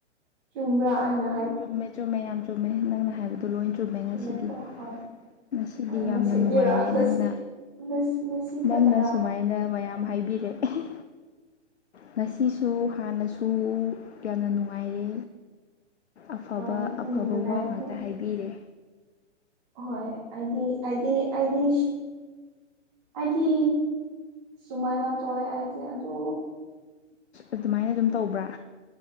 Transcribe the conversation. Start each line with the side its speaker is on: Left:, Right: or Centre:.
Right: ꯆꯨꯝꯕ꯭ꯔꯥ ꯍꯥꯏꯅ
Left: ꯆꯨꯝꯃꯦ ꯆꯨꯝꯃꯦ ꯌꯥꯝ ꯆꯨꯝꯃꯦ ꯅꯪꯅ ꯍꯥꯏꯕꯗꯨꯣ ꯂꯣꯏ ꯆꯨꯝꯃꯦ ꯉꯁꯤꯗꯤ
Right: ꯆꯨꯝꯃꯦꯀꯣ ꯍꯣꯏ
Left: ꯉꯁꯤꯗꯤ
Right: ꯍꯣꯏ
Left: ꯌꯥꯝꯅ
Right: ꯉꯁꯤꯒꯤꯔꯥ
Left: ꯅꯨꯡꯉꯥꯏꯔꯦ
Right: ꯉꯁꯤ
Left: ꯅꯪꯅ
Right: ꯉꯁꯤ ꯉꯁꯤ ꯈꯛꯇꯔꯥ
Left: ꯅꯪꯅ ꯁꯨꯃꯥꯏꯅ ꯃꯌꯥꯝ ꯍꯥꯏꯕꯤꯔꯛꯑꯦ ꯉꯁꯤꯁꯨ ꯍꯥꯟꯅꯁꯨ ꯌꯥꯝꯅ ꯅꯨꯡꯉꯥꯏꯔꯦ ꯑꯐꯕ
Right: ꯍꯣꯏ ꯅꯨꯡꯉꯥꯏꯔꯤꯕꯣ
Left: ꯑꯐꯕ ꯋꯥ ꯉꯥꯛꯇ ꯍꯥꯏꯕꯤꯔꯦ
Right: ꯍꯣꯏ ꯑꯗꯤ ꯑꯗꯤ ꯑꯗꯤ ꯑꯩꯗꯤ ꯁꯨꯃꯥꯏꯅ ꯇꯧꯑꯦ ꯑꯩꯗꯤ ꯑꯗꯨ
Left: ꯑꯗꯨꯃꯥꯏꯅ ꯑꯗꯨꯝ ꯇꯧꯕ꯭ꯔꯥ